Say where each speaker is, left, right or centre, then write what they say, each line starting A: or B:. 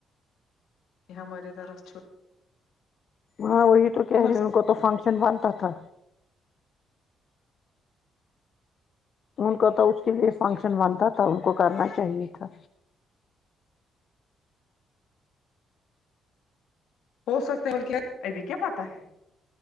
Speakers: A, on the left; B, on the left.
A: یہ ہماری طرح چھوٹے
B: ہاں وہی تو کہہ
A: مرضی
B: رہے ان کو تو فنکشن بنتا تھا ان کو تو اس کے لیے فنکشن بنتا تھا ان کو کرنا چاہیے تھا
A: ہو سکتا ہے بولک ابھی کیا پاتا ہے